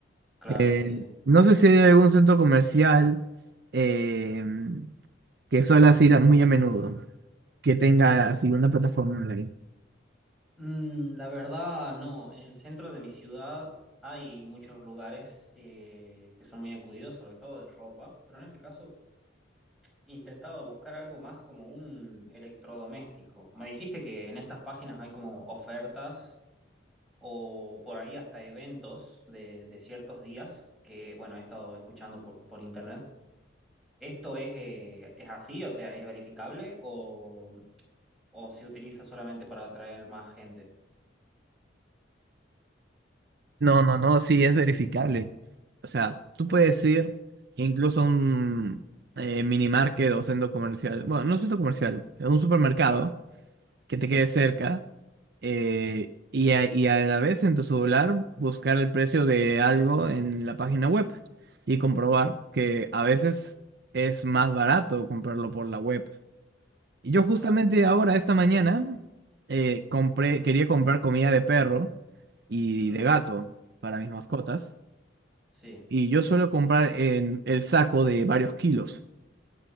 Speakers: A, in the centre; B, on the right.
A: Claro,
B: Eh,
A: sí, sí.
B: no sé si hay algún centro comercial eh, que suelas ir a- muy a menudo, que tenga así una plataforma online.
A: Mm, la verdad, no. En el centro de mi ciudad hay muchos lugares eh, que son muy acudidos, sobre todo de ropa, pero en este caso intentaba buscar algo más como un electrodoméstico. Me dijiste que en estas páginas hay como ofertas o por ahí hasta eventos de, de ciertos días que, bueno, he estado escuchando por, por internet. ¿Esto es, eh, es así? O sea, ¿es verificable o, o se utiliza solamente para atraer más gente?
B: No, no, no, sí, es verificable. O sea, tú puedes ir incluso a un eh, mini market o centro comercial, bueno, no centro comercial, a un supermercado
A: Claro,
B: que
A: sí,
B: te quede cerca eh, y, a, y a la vez en tu celular buscar el precio de algo en la página web y comprobar que a veces es más barato comprarlo por la web. Y yo justamente
A: claro.
B: ahora, esta mañana, eh, compré, quería comprar comida de perro y
A: Mm,
B: de gato para mis mascotas.
A: sí,
B: Y yo suelo comprar en el saco de varios kilos.